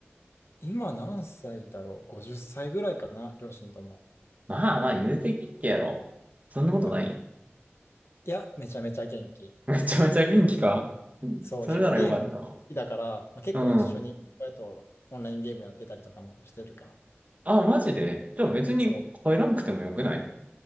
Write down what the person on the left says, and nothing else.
今何歳だろう ?50 歳ぐらいかな両親とも。
うん。いや、めちゃめちゃ元気。
そう、結構ゲーム好きだから、まあ、結構一緒に親とオンラインゲームやってたりとかもしてるから。
そう。